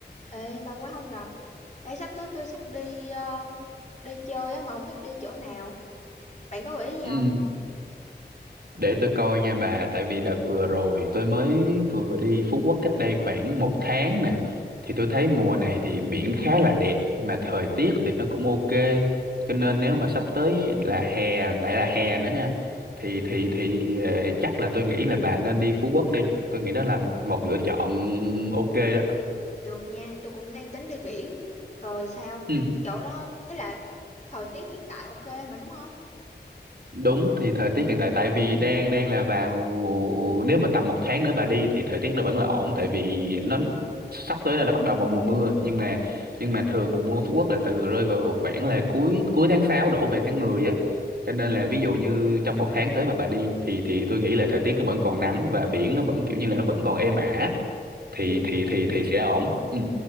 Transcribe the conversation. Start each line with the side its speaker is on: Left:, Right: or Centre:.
Left: Ê, lâu quá không gặp. Ê, sắp tới tôi sắp đi ờ, đi chơi á mà không biết đi chỗ nào. Bạn có gợi ý gì
Right: Ừ,
Left: không?
Right: để tôi coi nha bà tại vì đợt vừa rồi tôi mới vừa đi Phú Quốc cách đây khoảng một tháng nè thì tôi thấy mùa này thì biển khá là đẹp mà thời tiết thì nó cũng ok cho nên nếu mà sắp tới là hè lại là hè nữa ha thì thì thì ờ, chắc là tôi nghĩ là bà nên đi Phú Quốc đi tôi nghĩ đó là một lựa chọn ok đó
Left: Được nha, tôi cũng đang tính đi biển. Rồi sao?
Right: Ừ.
Left: Chỗ đó ấy là thời tiết hiện tại ok mà đúng không?
Right: Đúng thì thời tiết hiện tại tại vì đang đang là vào nếu mà tầm một tháng nữa bà đi thì thời tiết nó vẫn là ổn tại vì nó sắp tới là nó bắt đầu vào mùa mưa nhưng mà nhưng mà thường mùa mưa ở Phú Quốc là từ rơi vào khoảng là cuối cuối tháng 6 đổ về tháng 10 á cho nên là ví dụ như trong một tháng tới mà bà đi thì thì tôi nghĩ là thời tiết nó vẫn còn nắng và biển nó vẫn kiểu như là nó vẫn còn êm ả thì
Left: Ừ.
Right: thì thì thì sẽ ổn ừ.